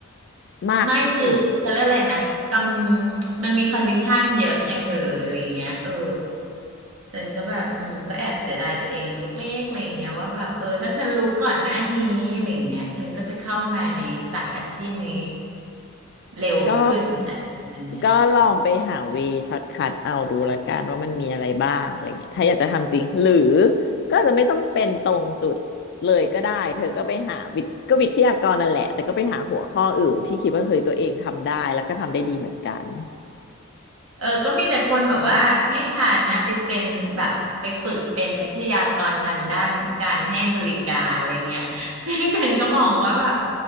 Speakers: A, on the left; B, on the right.
A: มากขึ้น
B: ไม่คือเขาเรียกอะไรนะกำมันมีคอนดิชันเยอะไงเธออะไรอย่างเงี้ยเออฉันก็แบบอืมก็แอบเสียดายตัวเองเล็กๆอะไรอย่างเงี้ยว่าแบบเออถ้าฉันรู้ก่อนหน้านี้อะไรอย่างเงี้ยฉันก็จะเข้ามาในสายอาชีพนี้ เร็วขึ้นอะไรประมันเนี้ย
A: ก็ก็ลองไปหาเวช็อตคัทเอาดูละกันว่ามันมีอะไรบ้างอะไรเงี้ยถ้าอยากจะทำจริงหรือก็อาจจะไม่ต้องเป็นตรงจุดเลยก็ได้เธอก็ไปหาวิทก็วิทยากรนั่นแหละแต่ก็ไปหาหัวข้ออื่นที่คิดว่าเฮ้ยตัวเองทำได้แล้วก็ทำได้ดีเหมือนกัน
B: เออก็มีแต่คนแบบว่าให้ฉันนะไปเป็นแบบไปฝึกเป็นวิทยากรทางด้านการให้บริการอะไรเงี้ย <laughs> ซึ่งฉันก็มองว่าแบบ